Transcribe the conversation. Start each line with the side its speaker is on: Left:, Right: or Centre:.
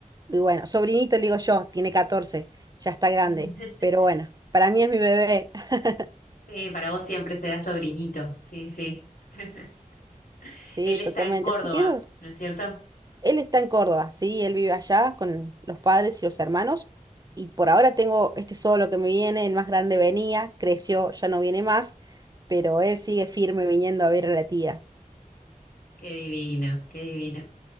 Right: Y bueno, sobrinito le digo yo, tiene 14, ya está grande,
Left: <laughs>
Right: pero bueno, para mí es mi bebé. <laughs>
Left: Sí, para vos siempre será sobrinito. Sí, sí. <laughs>
Right: Sí,
Left: Él
Right: totalmente.
Left: está en Córdoba,
Right: Así que eso
Left: ¿no es cierto?
Right: Él está en Córdoba, sí, él vive allá con los padres y los hermanos. Y por ahora tengo este solo que me viene, el más grande venía, creció, ya no viene más, pero él sigue firme viniendo a ver a la tía.
Left: Qué divino, qué divino.